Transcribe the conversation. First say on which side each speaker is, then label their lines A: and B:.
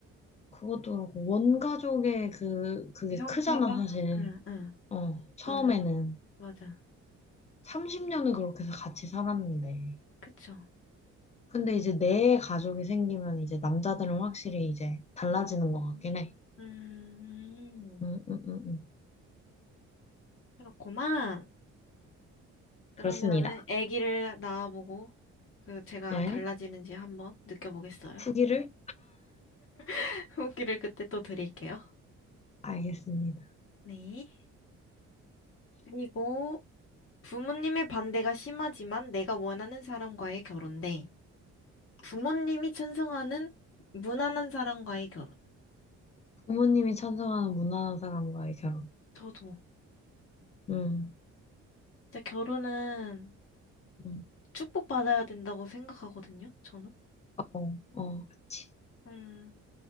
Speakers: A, on the left; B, on the left.
A: 그것도 그렇고 원가족의 그 그게
B: 형태가?
A: 크잖아 사실.
B: 응, 응.
A: 어 처음에는
B: 맞아, 맞아. 맞아.
A: 30년을 그렇게 해서 같이 살았는데.
B: 그쵸.
A: 근데 이제 내 가족이 생기면 이제 남자들은 확실히 이제 달라지는
B: 음,
A: 것 같긴 해.
B: 음,
A: 음, 음, 음, 음.
B: 그렇구만. 그러면은
A: 그렇습니다.
B: 아기를 낳아보고 그 제가
A: 네.
B: 달라지는지 한번 느껴보겠어요.
A: 후기를
B: <laughs> 후기를 그때 또 드릴게요.
A: 알겠습니다.
B: 네. 그리고 부모님의 반대가 심하지만 내가 원하는 사람과의 결혼 대 부모님이 찬성하는 무난한 사람과의 결혼.
A: 부모님이 찬성하는 무난한 사람과의 결혼.
B: 저도
A: 음,
B: 진짜 결혼은
A: 음,
B: 축복받아야 된다고 생각하거든요. 저는.
A: 어, 어, 그치.
B: 음,